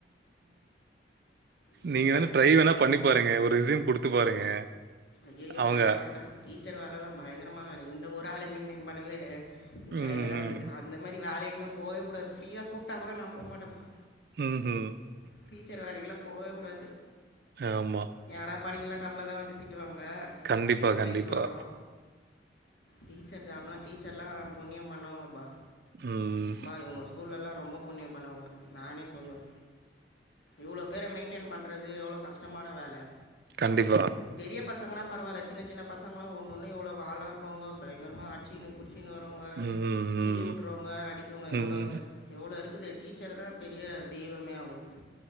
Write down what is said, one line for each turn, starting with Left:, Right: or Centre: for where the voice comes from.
Left: என்ன
Right: நீங்க வேணா
Left: பண்ணுறது
Right: ட்ரை வேணா பண்ணி பாருங்க ஒரு ரிசூம் குடுத்து பாருங்க
Left: ஐய்யய்யோ
Right: அவங்க
Left: வேண்டா வேண்டா டீச்சர் வேலைல்லா பயங்கரமாக வேல இந்த ஒரு ஆள மைண்டைன் பண்ணவே டர்டாகுது
Right: ம், ம்.
Left: அந்த மாரி வேலைக்குல்லா போவே கூடாது ஃப்ரீயா கூப்ட்டா கூட நா போ மாட்டேப்பா
Right: ம்ஹ்ம்.
Left: டீச்சர் வேலைக்குலா போவே கூடாது
Right: ஆமா.
Left: யாரா படிக்கலனா நம்மள தா வந்து திட்டுவாங்க
Right: கண்டிப்பா,
Left: கம்ப்ளைண்ட்
Right: கண்டிப்பா.
Left: வரு டீச்சர் ஜாப்பலா டீச்சர்லா புண்ணிம் பண்ணுவங்கப்பா
Right: ம்.
Left: ம்ப இவங்க ஸ்கூல்ல எல்லா ரொம்ப புண்ணியம் பண்ணவங்க நானே சொல்லுவே இவ்வளோ பேர மெயின்டெயன் பண்றது எவ்ளோ கஷ்டமான வேல
Right: கண்டிப்பா
Left: பெரிய பசங்களலா பரவால்ல சின்ன சின்ன பசங்களலா ஒன்னு ஒன்னு எவ்வளோ வாலா இருப்பாங்கோ பயங்கரமாக ஆச்சி பிடிச்சனு வரவங்க
Right: ம்,
Left: கிளி
Right: ம்.
Left: விட்டுறவங்க அடிக்கவங்க எவ்வளோத்த
Right: ம்.
Left: எவ்ளோ இருக்குது டீச்சர் தா பெரிய தெய்வமே அவங்களுக்கு